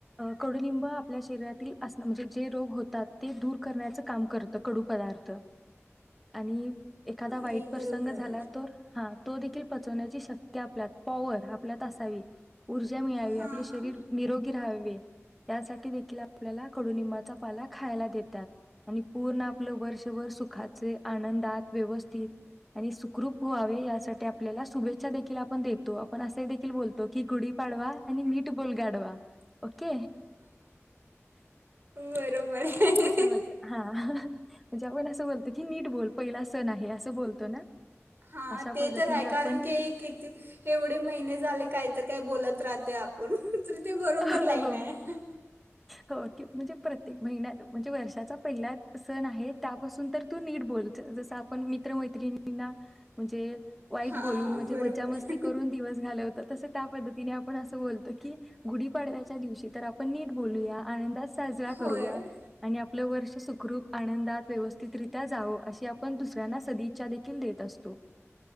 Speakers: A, in the centre; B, on the right.
A: कडुलिंब आपल्या शरीरातील असण म्हणजे जे रोग होतात, ते दूर करण्याचं काम करत. कडू पदार्थ आणि एखादा वाईट
B: अरे
A: प्रसंग
B: बरोबर
A: झाला तर हा तो देखील पचवण्याची शक्ती आपल्या पॉवर आपल्यात असावी. ऊर्जा मिळावी,
B: हां
A: आपले शरीर
B: हां
A: निरोगी राहावे. त्यासाठी दे आपल्याला कडुनिंबाचा पाला खायला देतात. आणि पूर्ण आपलं वर्षभर दुखाचे, आनंदात व्यवस्थित आणि सुखरूप व्हावे यासाठी आपल्याला शुभेच्छा देखील आपण देतो, आपण असे देखील बोलतो की गुढी पाडवा आणि नीट बोलगाडवा. ओके
B: बरोबर आहे
A: असं वाटत हा जऊ ना सगोल <inaudible> निट बोल पहिला ना,
B: हा
A: अशा
B: ते
A: पद्धतीने
B: तर आहे, कारण
A: आपण
B: की किती एवढे महिने झाले काहीत काय बोलत राह आपण <inaudible> बरोबर
A: हो,
B: लाईन
A: हो,
B: आहे
A: हो, की म्हणजे प्रत्येक महिन्यात म्हणजे वर्षाचा- पहिला सण आहे त्यापासून तर तू नीट बोल, जस आपण मित्रमैत्रिणींना म्हणजे- वाईट
B: हां
A: बोलून म्हणजे
B: बरोबर
A: मज्जा मस्ती करून दिवस घालवतात तसं त्या पद्धतीने आपण असं बोलतो की गुढीपाडव्याच्या दिवशी तर आपण नीट बोलूया आनंदा साजरा
B: होय
A: करूया आणि आप आपलं वर्ष सुखरूप आनंदात व्यवस्थितरित्या जावं, अशी आपण दुसऱ्यांना सदिच्छा देखील देत असतो.